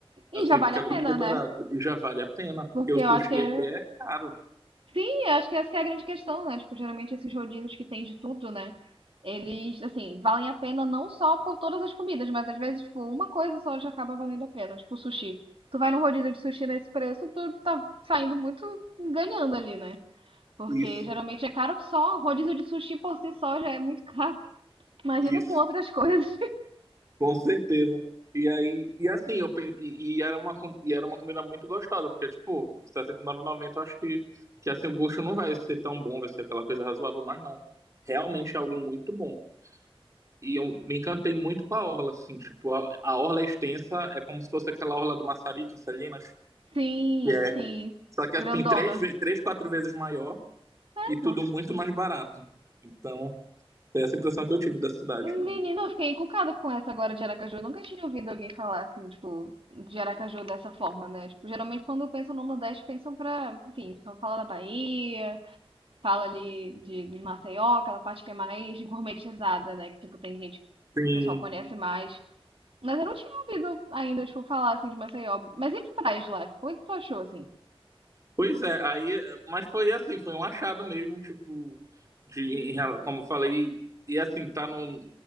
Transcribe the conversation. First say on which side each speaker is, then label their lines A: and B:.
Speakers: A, on the right; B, on the right.
A: Assim,
B: E já
A: fica
B: vale a
A: tudo
B: pena,
A: liberado.
B: né?
A: E já vale a pena, porque
B: Porque
A: o sushi
B: eu acho que é.
A: aqui é caro.
B: Sim, eu acho que essa que é a grande questão, né? Tipo, geralmente esses rodízios que tem de tudo, né? Eles, assim, valem a pena não só por todas as comidas, mas às vezes, tipo, uma coisa só já acaba valendo a pena, tipo sushi. Tu vai num rodízio de sushi nesse preço, tu tá saindo muito ganhando ali, né? Porque
A: Isso,
B: geralmente é caro que só, rodízio de sushi por si só já é muito caro. Imagina
A: isso.
B: com outras coisas.
A: Com certeza. E aí, e assim, eu, pe- e, e era uma, com- e era uma comida muito gostosa, porque, tipo, sessenta e R$69,90 eu acho que, que assim, o gosto não vai ser tão bom, vai ser aquela coisa razoável, mas não. Realmente é algo muito bom. E eu me encantei muito com a orla, assim, tipo, a, a orla é extensa é como se fosse aquela orla do Maçarico, em Salinas.
B: Sim,
A: É.
B: sim.
A: Só que,
B: Grandona.
A: assim, três, ve- três, quatro vezes maior e
B: Égua.
A: tudo muito mais barato. Então, é essa impressão que eu tive da cidade.
B: Menina, eu fiquei encucada com essa agora de Aracaju. Eu nunca tinha ouvido alguém falar assim, tipo, de Aracaju dessa forma, né? Tipo, geralmente quando pensam no Nordeste, pensam pra, enfim, o pessoal fala da Bahia, fala ali de Maceió, aquela parte que é mais gourmetizada, né? Que, tipo, tem gente,
A: Sim.
B: o pessoal conhece Uhum. mais. Mas eu não tinha ouvido ainda, tipo, falar assim de Maceió. Mas e as praias de lá? Tipo, Como é que tu achou, assim?
A: Pois é, aí, mas foi assim, foi um achado mesmo, tipo, de, em rela- como eu falei, e assim, tá num,